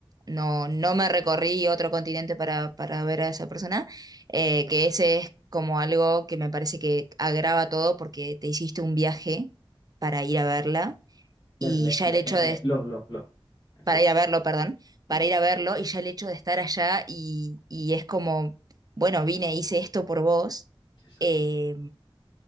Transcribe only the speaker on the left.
Verle,
le,
eh,
eh, lo, lo, lo. En este
caso.
Le-
Exacto.